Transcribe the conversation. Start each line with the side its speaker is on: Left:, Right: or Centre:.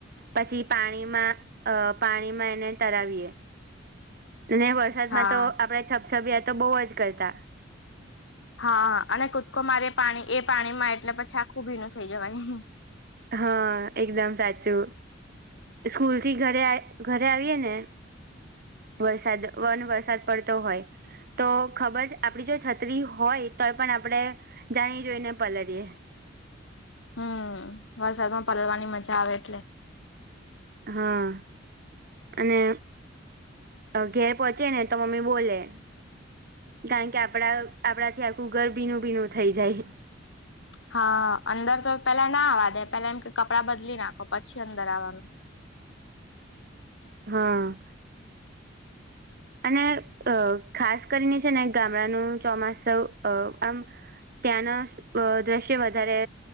Right: પછી પાણીમાં અ પાણીમાં એને તરાવીએ ને વરસાદમાં
Left: હા
Right: તો આપડે છપછબીયા તો બહુ જ કરતા
Left: હા અને કૂદકો મારે પાણી એ પાણીમાં એટલે પછી આખું ભીનું થઇ જવાય
Right: હા એકદમ સાચું સ્કૂલ થી ઘરે ઘરે આવીએ ને વરસાદ વન વરસાદ પડતો હોય તો ખબર છે આપડી જો છત્રી હોય તોય પણ આપડે જાણી જોઈને પલળીએ
Left: હમ વરસાદમાં પલવાની મજા આવે એટલે
Right: હા અને ઘેર પહોંચે ને તો મમ્મી બોલે કારણ કે આપડા આપડાથી આખું ઘર ભીનું ભીનું થઈ જાય
Left: હા અંદર તો પેલા ના આવા દે પેલા એમ કે કપડાં બદલી નાખો પછી અંદર આવાનું
Right: હા અને અ ખાસ કરીને છે ને ગામડાનું ચોમાસું અ આમ ત્યાંના દ્રશ્ય વધારે